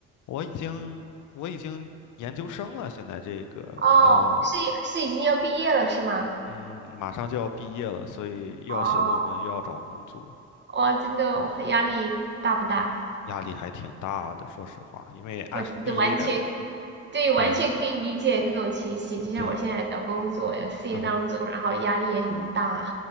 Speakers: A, on the left; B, on the right.
A: 我已经我已经研究生了，现在这个呃，
B: 哦，是是已经要毕业了是吗？
A: 嗯，马上就要毕业了，所以又要写论文，
B: 哦，
A: 又要找工作，
B: 哇，真的我压力大不大？
A: 压力还挺大的。说实话，因为按时毕业，
B: 我真的完全可以，对，完全可以理解这种情形。
A: 对
B: 就像我现在找工作有事业当中，
A: 对，啊哈
B: 然后压力也很大。